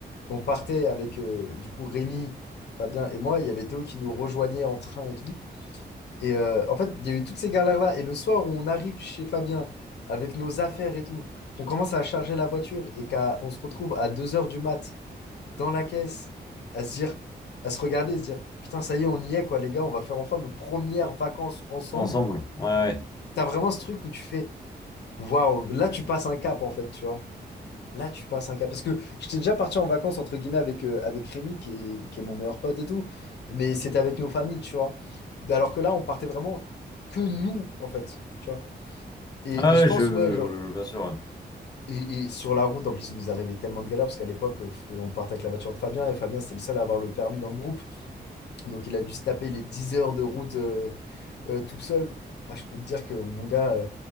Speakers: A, on the left (about 75°); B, on the left (about 25°).
A: On partait avec euh, du coup Rémi, Fabien et moi. Il y avait Théo qui nous rejoignait en train et tout. Et euh, en fait, il y a eu toutes ces galères-là. Et le soir où on arrive chez Fabien avec nos affaires et tout, on commence à charger la voiture et qu'à- on se retrouve à 2 heures du mat dans la caisse à se dire, à se regarder et se dire, putain, ça y est, on y est, quoi, les gars, on va faire enfin nos premières vacances ensemble.
B: ensemble, ouais, ouais,
A: T'as vraiment ce truc où tu fais, waouh, là, tu passes un cap, en fait, tu vois. Là, tu passes un cap. Parce que j'étais déjà parti en vacances, entre guillemets, avec, euh, avec Rémi, qui est, qui est mon meilleur pote et tout. Mais c'était avec nos familles, tu vois. Alors que là, on partait vraiment que nous, en fait. Tu vois. Et,
B: ouais, ouais,
A: et je pense,
B: je, je-
A: ouais, genre.
B: bien sûr,
A: Et, et sur la route, en plus, il nous arrivait tellement de galères, parce qu'à l'époque, euh, on partait avec la voiture de Fabien, et Fabien, c'était le seul à avoir le permis dans le groupe. Donc, il a dû se taper les 10 heures de route euh, euh, tout seul. Ah, je peux te dire que mon gars, euh,